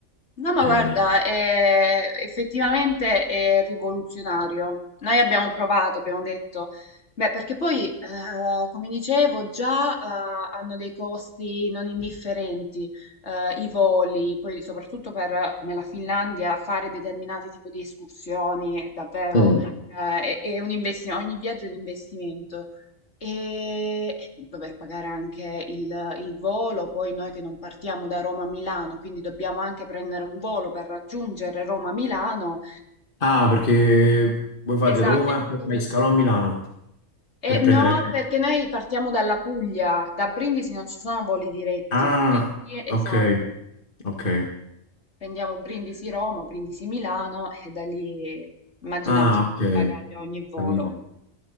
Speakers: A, on the left; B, on the left.
A: No, ma
B: Eh,
A: guarda, è- effettivamente è rivoluzionario. Noi abbiamo provato, abbiamo detto, beh, perché poi, eh, come dicevo, già, eh, hanno dei costi non indifferenti, eh, i voli, poi soprattutto per, eh, come la Finlandia, fare determinati tipi di escursioni, davvero,
B: Mm.
A: eh, è, è un investimento, ogni viaggio è un investimento. E e vabbè, pagare anche il, il volo, poi noi che non partiamo da Roma a Milano, quindi dobbiamo anche prendere un volo per raggiungere Roma a Milano.
B: Ah, perché voi fate
A: Esatto,
B: Roma
A: in
B: e poi
A: Puglia.
B: fai scalo a Milano
A: E
B: per
A: no,
B: prendere l'aereo.
A: perché noi partiamo dalla Puglia, da Brindisi non ci sono voli diretti,
B: Ah,
A: quindi esatto,
B: ok, ok.
A: prendiamo Brindisi Roma, Brindisi Milano e da lì immagina
B: Ah,
A: aggiungere
B: ok,
A: bagaglio a ogni volo.
B: capito.